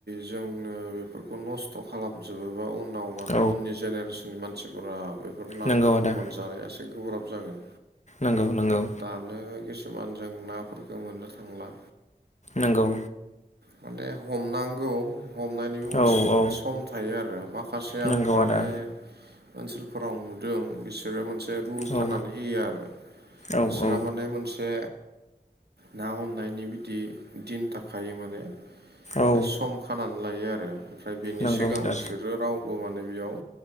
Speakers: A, on the right (about 75°); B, on the left (about 45°).
A: जोंङनो बेफोरखौ नस्थ' खालामजोबोबा उनाव माने
B: औ
A: उननि जेनेरेसननि मानसिफोरा बेफोर नाफोरखौ
B: नंगौ आदा
A: मोनजानाया एसे गोब्राब जागोन
B: नांगौ नांगौ
A: दानो किसुमान जों नाफोरफोरखौ मोननो थांला
B: नंगौ
A: माने हमनांगौ हमनायनिबो मोनसे
B: औ औ
A: सम थायो आरो माखासे आं
B: नंगौ
A: माने
B: आदा
A: ओनसोलफोराव नुदों बिसोरो मोनसे रुल खानानै
B: औ
A: होयो आरो
B: औ
A: बिसोरहा
B: औ
A: माने मोनसे ना हमनायनि बिदि दिन थाख माने
B: औ
A: सम खानानै लायो आरो ओमफ्राय बेनि
B: नंगौ
A: सिगां
B: आदा
A: बिसोरो रावबो माने बेयाव